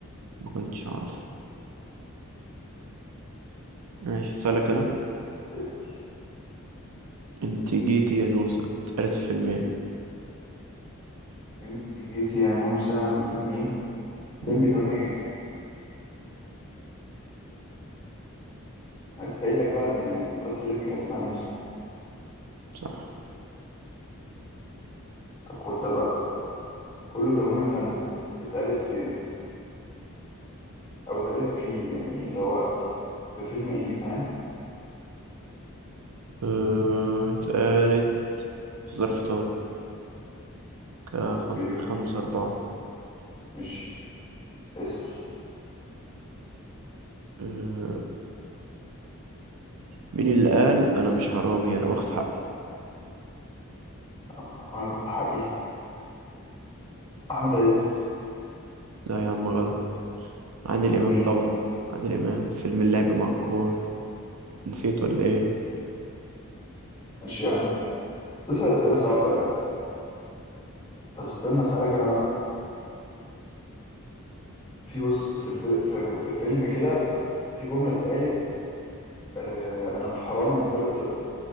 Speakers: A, on the right (about 80°); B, on the left (about 15°).
A: ما كنتش أعرف ماشي أسألك
B: طب
A: أنا
B: اسأل
A: انت جيتي يا نوسة اتقالت في فيلمين
B: انت جيتي يا نوسة من فيلم ايه؟ ليمبي
A: مم،
B: 8 جيجا أنا لسه قايل لك بقى إن مرات الليمبي كان اسمها نوسة
A: صح
B: طب خد ده بقى كله تمام يا فندم اتقالت فين؟ أو اتقالت فيه يعني ده هو في فيلم ايه فاهم؟
A: اه، اتقالت في ظرف طارق كا
B: اوكي
A: خم... خمسة أربعة
B: ماشي اسأل
A: اه، مين اللي قال أنا مش حرامي أنا باخد حقي
B: أنا مش- أنا باخد حقي أحمد عز
A: لا يا عم غلط عادل
B: من
A: إمام
B: مين؟
A: طبعا عادل إمام فيلم اللعب مع الكبار نسيت ولا إيه
B: ماشي يا عم بس أسئلة صعبة يعني طب استنى أسألك أنا بقى في بص في الف... في... كان في فيلم كده في جملة اتقالت آه أنا مش حرامي أنا طالب طب